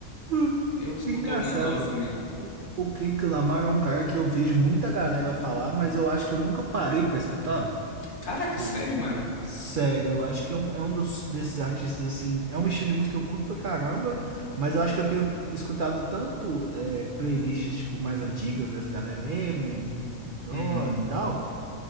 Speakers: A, on the right; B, on the left.
A: Hum,
B: Eu escuto
A: Engraçado.
B: algumas novas também.
A: O o Kendrick Lamar é um cara que eu vejo muita galera falar, mas eu acho que eu nunca parei pra escutar.
B: Caraca,
A: Tipo,
B: sério, mano?
A: sério, eu acho que é um, é um dos, desses artistas, assim, é um estilo de música que eu curto pra caramba, mas eu acho que eu tenho escutado tanto é, playlists, tipo, mais antigas, dessa galera Eminem, Snoop Dogg
B: Uhum.
A: e tal,